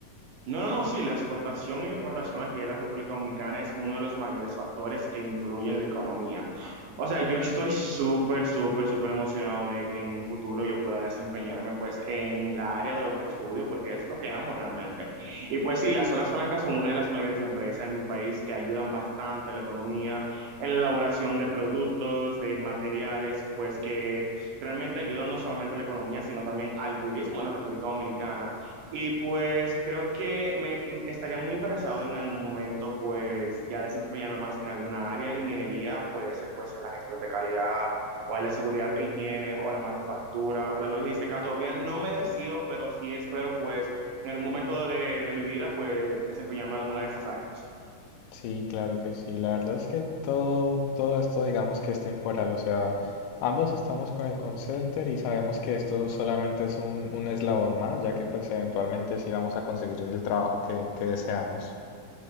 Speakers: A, on the right; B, on the left.
A: No, no, no, sí, la exportación y la importación aquí de la República Dominicana es uno de los mayores factores que influyen en la economía. O sea, yo estoy súper, súper, súper emocionado de que en un futuro yo pueda desempeñarme pues en la área de lo que estudio, porque es lo que amo realmente. Y pues sí, las zonas francas son una de las mayores empresas en mi país que ayudan bastante a la economía, en la elaboración de productos, de materiales, pues que realmente ayudan no solamente a la economía, sino también al turismo en la República Dominicana. Y pues creo que me m- estaría muy interesado en algún momento pues ya desempeñarme más en alguna área de la ingeniería, puede ser pues en la gestión de calidad o en la seguridad e higiene o la manufactura o la logística. Todavía no me decido, pero sí espero pues en algún momento de, de mi vida pues desempeñarme en alguna de esas áreas.
B: Sí, claro que sí. La verdad es que todo, todo esto digamos que es temporal. O sea, ambos estamos con el call center y sabemos que esto solamente es un, un eslabón más, ya que pues eventualmente sí vamos a conseguir el trabajo que, que deseamos.